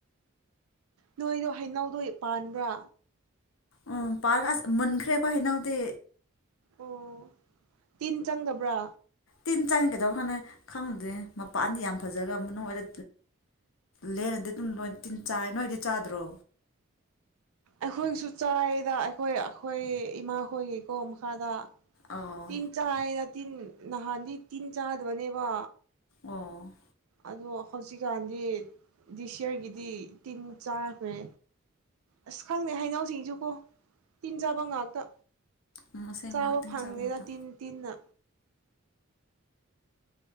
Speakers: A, on the right (about 85°); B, on the left (about 65°).
A: ꯅꯣꯏꯗꯣ ꯍꯩꯅꯧꯗꯣ ꯄꯥꯟꯕ꯭ꯔꯥ
B: ꯑꯣ ꯄꯥꯔ ꯑꯁ ꯃꯈ꯭ꯔꯦ ꯑꯩꯀ ꯍꯥꯏꯩꯅꯎꯗꯤ
A: ꯑꯣ ꯇꯤꯟ ꯆꯪꯗꯕ꯭ꯔꯥ
B: ꯇꯤꯟ ꯆꯪꯉꯒꯗꯕ ꯍꯥꯟꯅ ꯈꯪꯉꯨꯗꯦ ꯃꯄꯥꯟꯗꯤ ꯌꯥꯝ ꯐꯖꯕ ꯃꯅꯨꯡꯗ ꯂꯦꯅꯗꯤ ꯑꯗꯨꯝ ꯂꯣꯏ ꯇꯤꯟ ꯆꯥꯏ ꯅꯣꯏꯗꯤ ꯆꯥꯗ꯭ꯔꯣ
A: ꯑꯩꯈꯣꯏꯒꯤꯁꯨ ꯆꯥꯏꯗ ꯑꯩꯈꯣꯏ ꯑꯩꯈꯣꯏ ꯏꯃꯥ ꯍꯣꯏꯒꯤꯀꯣ ꯃꯈꯥꯗ
B: ꯑꯧ
A: ꯇꯤꯟ ꯆ ꯍꯥꯏꯅ ꯇꯤꯟ ꯅꯍꯥꯟꯗꯤ ꯇꯤꯟ ꯆꯥꯗꯕꯅꯦꯕ
B: ꯑꯣ
A: ꯑꯗꯣ ꯍꯧꯖꯤꯛꯀꯥꯟꯗꯤ ꯗꯤꯁꯤꯌꯔꯒꯤꯗꯤ ꯇꯤꯟ ꯆꯥꯈ꯭ꯔꯦ ꯑꯁ ꯈꯪꯗꯦ ꯍꯩꯅꯧꯁꯤꯡꯁꯨꯀꯣ ꯇꯤꯟ ꯆꯥꯕ ꯉꯥꯛꯇ
B: ꯎꯝ ꯑꯁꯦꯡꯕ
A: ꯆꯥꯕ
B: ꯇꯤꯟ
A: ꯐꯥꯡꯒꯅꯦꯅ
B: ꯉꯥꯛꯇ
A: ꯇꯤꯟ ꯇꯤꯟꯅ